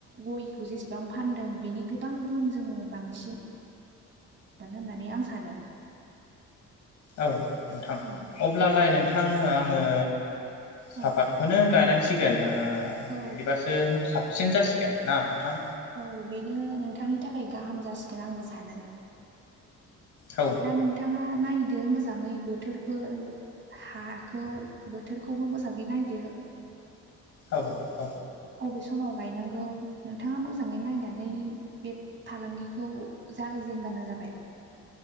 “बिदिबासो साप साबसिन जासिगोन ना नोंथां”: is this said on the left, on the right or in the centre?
Left